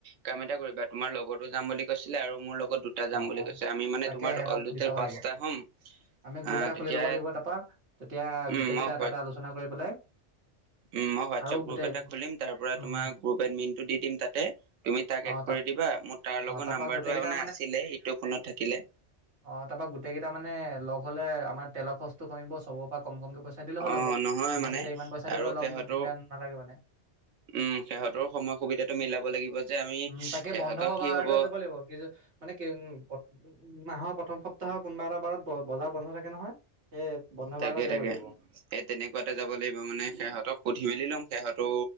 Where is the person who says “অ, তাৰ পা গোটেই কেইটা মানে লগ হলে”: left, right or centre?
Right